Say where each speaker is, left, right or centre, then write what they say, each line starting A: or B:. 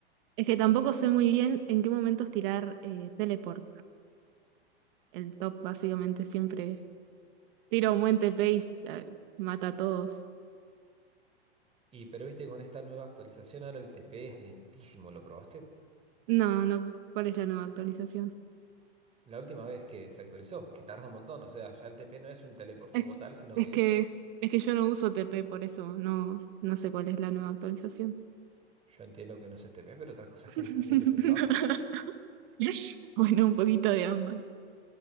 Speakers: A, on the right; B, on the right.
A: Es que tampoco sé muy bien en qué momentos tirar eh, teleport. El top básicamente siempre tira un buen TP y eh, mata a todos.
B: Y pero viste, con esta nueva actualización ahora el TP es lentísimo, ¿lo probaste?
A: No, no, ¿cuál es la nueva actualización?
B: La última vez que se actualizó, que tarda un montón, o sea, ya el TP no es un teleport
A: Es,
B: como tal, sino
A: es
B: que
A: que, es que yo no uso TP, por eso no, no sé cuál es la nueva actualización.
B: yo entiendo que no es TP, pero otra cosa
A: <laughs>
B: es que nunca mires el mapa.
A: <laughs> Bueno, un poquito de ambas.